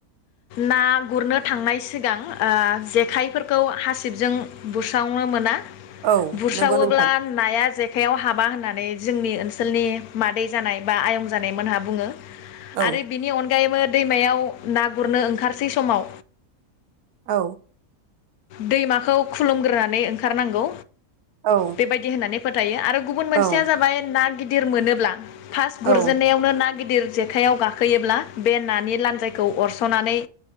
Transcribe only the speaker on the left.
ना गुरनो थांनाय सिगां ओ जेखाइफोरखौ हासिबजों बुस्रावनो मोना
बुस्रावोब्ला
नाया जे आखाइायाव हाबा होननानै जोंनि ओनसोलनि मादै जानाय बा आयं जानायमोनहा बुङो।
आरो बिनि अन यैबो दैमायाव ना गुरनो ओंखारसै समाव
दैमाखौ खुलुमग्रोनानै ओंखारनांगौ।
बेबायदि होननानै फोथायो आरो गुबुन मोनसेया
जाबाय ना गिदिर मोनोब्ला। फास गुरजेननायावनो
ना गिदिर जेखाइायाव गाखोयोब्ला बे नानि लान्जायखौ अरसनानै